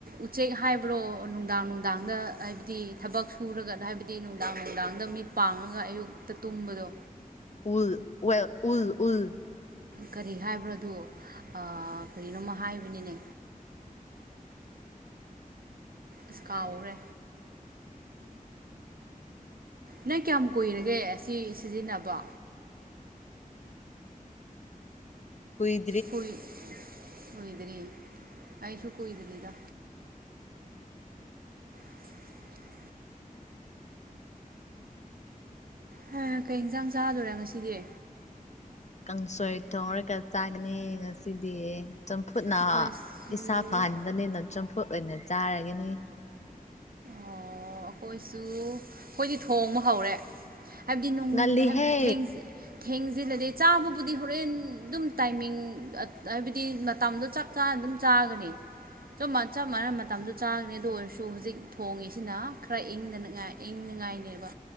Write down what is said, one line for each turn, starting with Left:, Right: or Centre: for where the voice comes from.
Right: ꯎꯆꯦꯛ ꯍꯥꯏꯕ꯭ꯔꯣ ꯅꯨꯡꯗꯥꯡ ꯅꯨꯡꯗꯥꯡꯗ ꯍꯥꯏꯕꯗꯤ ꯊꯕꯛ ꯁꯨꯔꯒ ꯍꯥꯏꯕꯗꯤ ꯅꯨꯡꯗꯥꯡ ꯅꯨꯡꯗꯥꯡꯗ ꯃꯤꯠ ꯄꯥꯡꯉꯒ ꯑꯌꯨꯛꯇ ꯇꯨꯝꯕꯗꯣ
Left: ꯎꯜ ꯋ‌ꯦꯜ ꯎꯜ ꯎꯜ
Right: ꯀꯔꯤ ꯍꯥꯏꯕ꯭ꯔꯗ‌ꯣ ꯑꯥ ꯀꯔꯤꯅꯣꯃ ꯍꯥꯏꯕꯅꯤꯅꯦ ꯑꯁ ꯀꯥꯎꯔꯦ ꯅꯪ ꯀꯌꯥꯝ ꯀꯨꯏꯔꯒꯦ ꯑꯁꯤ ꯁꯤꯖꯤꯟꯅꯕ
Left: ꯀꯨꯏ
Right: ꯀꯨꯏ ꯀꯨꯏꯗ꯭ꯔꯤ ꯑꯩꯁꯨ ꯀꯨꯏꯗ꯭ꯔꯤꯗ <inaudible> ꯍꯥ ꯀꯩ ꯏꯟꯁꯥꯡ ꯆꯥꯗꯣꯔꯦ ꯉꯁꯤꯗꯤ
Left: ꯀꯥꯡꯁꯣꯏ ꯊꫭꯡꯉꯒ ꯆꯥꯒꯅꯤ ꯉꯁꯤꯗꯤ ꯆꯝꯐꯨꯠꯅ
Right: ꯑꯩꯈꯣꯏꯁꯨ
Left: ꯏꯁꯥ ꯐꯍꯟꯕꯅꯤꯅ ꯆꯝꯐꯨꯠ ꯑꯣꯏꯅ ꯆꯥꯔꯒꯅꯤ
Right: ꯑꯣ ꯑꯩꯈꯣꯏꯁꯨ ꯑꯩꯈꯣꯏꯗꯤ ꯊꯣꯡꯕ ꯍꯧꯔꯦ ꯍꯥꯏꯕꯗꯤ ꯅꯨꯡꯅ
Left: ꯉꯜꯂꯤꯍꯦ
Right: ꯍꯥꯏꯕꯗꯤ ꯊꯦꯡꯁꯦ ꯊꯦꯡꯖꯤꯜꯂꯗꯤ ꯆꯥꯕꯕꯨꯗꯤ ꯍꯣꯔꯦꯟ ꯑꯗꯨꯝ ꯇꯥꯏꯃꯤꯡ ꯍꯥꯏꯕꯗꯤ ꯃꯇꯝꯗꯣ ꯆꯥꯞ ꯆꯥꯅ ꯑꯗꯨꯝ ꯆꯥꯒꯅꯤ ꯆꯞ ꯃꯥꯟꯅꯕ ꯃꯇꯝꯗ ꯆꯥꯒꯅꯤ ꯑꯗꯨ ꯑꯣꯏꯔꯁꯨ ꯍꯧꯖꯤꯛ ꯊꯣꯡꯉꯤꯁꯤꯅ ꯈꯔ ꯏꯪꯅꯅꯥꯉꯥꯏ ꯈꯔꯥ ꯏꯪꯅꯉꯥꯏꯅꯦꯕ